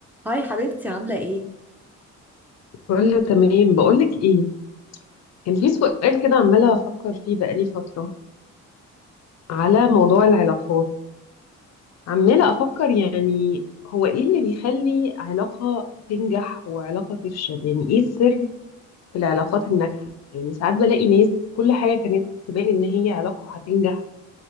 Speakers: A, in the centre; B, on the left.
A: هاي حبيبتي عاملة ايه؟
B: كله تمام بقولك ايه كان في سؤال كده عمالة أفكر فيه بقالي فترة على موضوع العلاقات عمالة أفكر يعني هو ايه اللي بيخلي علاقة تنجح وعلاقة تفشل يعني ايه السر في العلاقات الناجحة يعني ساعات بلاقي ناس كل حاجة كانت تبان إن هي علاقة هتنجح